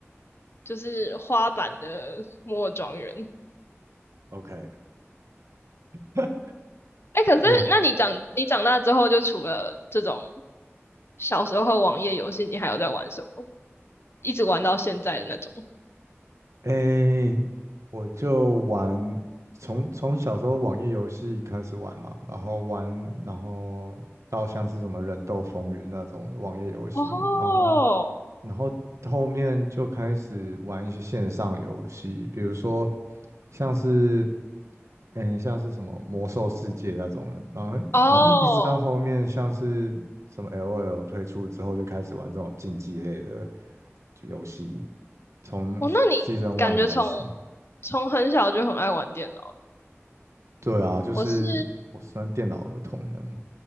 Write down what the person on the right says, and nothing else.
OK，<laughs>
我
诶、我就玩，从从小时候网页游戏开始玩嘛，然后玩，然后到像是什么忍斗风云那种的网页游戏，
然后然后后面就开始玩一些线上游戏，比如说像是。嗯，像是什么魔兽世界那种的，然后然后一一直到后面像是什么
LOL 推出之后，就开始玩这种竞技类的游戏，从
Season One 开始。
对啊，就是我算电脑儿童这样。